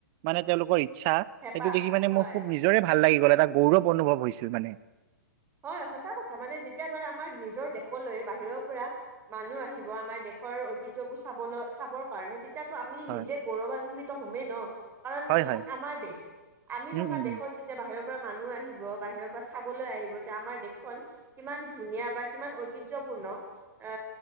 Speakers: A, on the right; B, on the right.
A: মানে তেওঁলোকৰ ইচ্ছা,
B: হেঁপাহ
A: সেইটো দেখি মানে
B: হয়
A: মোৰ খুব নিজ নিজৰে ভাল লাগি গল এটা গৌৰৱ অনুভৱ হৈছিল মানে।
B: হয় সঁচা কথা মানে যেতিয়া ধৰা আমাৰ নিজৰ দেশলৈ বাহিৰৰ পৰা মানুহ আহিব আমাৰ দেশৰ ঐতিহ্যবোৰ চাবলৈ চাবৰ কাৰণে তে তিয়া আমি
A: হয়
B: নিজে গৌৰৱান্বিত হমেই ন কাৰণ
A: হয়
B: এইখন
A: হয়
B: আমাৰ দেশ, আমি
A: উম
B: থকা
A: উম
B: দেশত যেতিয়া বাহিৰৰ পৰা মানুহ আহিব, বাহিৰৰ পৰা চাবলৈ আহিব যে আমাৰ দেশখন কিমান ধুনীয়া বা কিমান ঐতিহ্যপূৰ্ণ, এ